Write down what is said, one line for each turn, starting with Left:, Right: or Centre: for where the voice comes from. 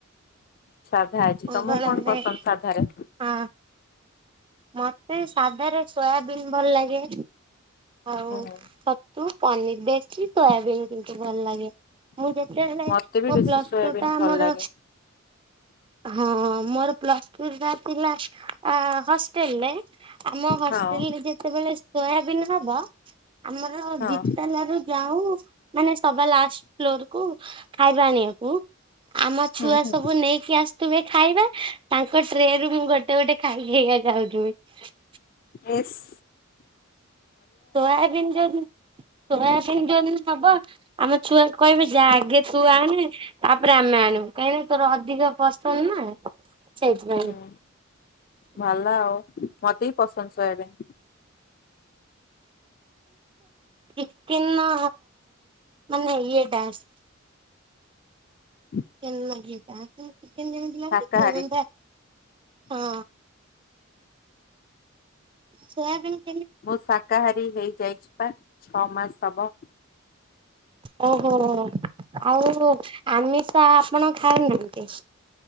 Left: ସାଧା ହେଇଛି
Right: ମଙ୍ଗଳବାରେ
Left: ତମକୁ କଣ ପସନ୍ଦ ସାଧାରେ?
Right: ହଁ ମତେ ସାଧାରେ ସୋୟାବିନ୍ ଭଲ ଲାଗେ ଆଉ
Left: ହୁଁ ହୁଁ
Right: ତୁ ପନିର ବେଶି ସୋୟାବିନ କିନ୍ତୁ ଭଲ ଲାଗେ। ମୁଁ ଯେତେବେଳେ
Left: ମତେ ବି
Right: ମୋ
Left: ବେଶୀ
Right: ପ୍ଲସ
Left: ସୋୟାବିନ୍
Right: ଟୁ ଟା
Left: ଭଲ
Right: ଆର
Left: ଲାଗେ
Right: ହଁ ମୋର ପ୍ଲ ଟୁ ଟା ଥିଲା ହଷ୍ଟେଲରେ ଆମ ହଷ୍ଟେଲରେ
Left: ହଁ
Right: ଯେତେବେଳେ ସୋୟାବିନ ହବ ଆମର
Left: ହଁ
Right: ଦିତାଲା ଯାଉ ମାନେ ସବା ଲାଷ୍ଟ ଫ୍ଲୋରକୁ ଖାଇବା ଆଣିବାକୁ। ଆମ ଛୁଆ
Left: ହୁଁ ହୁଁ।
Right: ସବୁ ନେଇକି ଆସୁଥିବେ ଖାଇବା ତାଙ୍କ ଟ୍ରେରୁ ମୁଁ ଗୋଟେ ଗୋଟେ ଖାଇ ଖାଇକା ଯାଉଛି। <unintelligible>
Left: ଏସ୍
Right: ସୋୟାବିିନ ଯୋଉ ସୋୟାବିିନ ଯୋଉ ହବ ଆମ ଛୁଆ କହିବେ ଯା ଆଗେ ତୁ ଆଣେ ତାପରେ ଆମେ ଆଣିବୁ କାହିଁକି ନା ତୋର ଅଧିକ ପସନ୍ଦ ନା। ସେଇଥିପାଇଁ
Left: ହୁଁ, ଭଲ ଆଉ ମତେ ବି ପସନ୍ଦ ସୋୟାବିନ।
Right: ଟିକେନ ମାନେ ଇଏଟା
Left: <inaudible>
Right: ଚିକେନ ଯେମିତି ଲାଗୁଛି
Left: ଶାକାହାରୀ
Right: ସୋୟାବିନଟା ହଁ, ସୋୟାବିନ
Left: ମୁଁ ଶାକାହାରୀ ହେଇଯାଇଛି ପା ଛଅ ମାସ ହବ।
Right: ଓହୋ ଆଉ ଆମିଷ ଆପଣ ଖାଉନାହାନ୍ତି?